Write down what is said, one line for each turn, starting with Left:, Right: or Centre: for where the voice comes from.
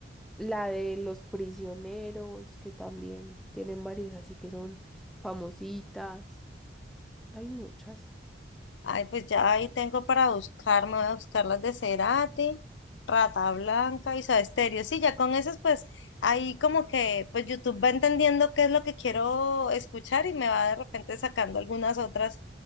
Centre: La de Los Prisioneros, que también tienen varias así que son famositas, hay muchas.
Left: Ay, pues ya ahí tengo para buscar, me voy a buscar las de Cerati, Rata Blanca y Soda Stereo. Sí, ya con esas, pues ahí como que pues YouTube va entendiendo qué es lo que quiero escuchar y me va de repente sacando algunas otras